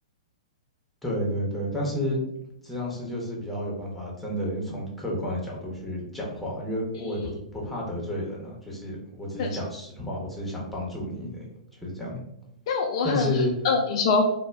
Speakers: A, in the centre; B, on the left.
A: 对对对，但是咨商师就是比较有办法，真的从客观的角度去讲话，因为我也不不怕得罪人啊，
B: 嗯，
A: 就是我只是讲实话，
B: 确实。
A: 我只是想帮助你就是这样。
B: 那我很，
A: 但是
B: 嗯、你说。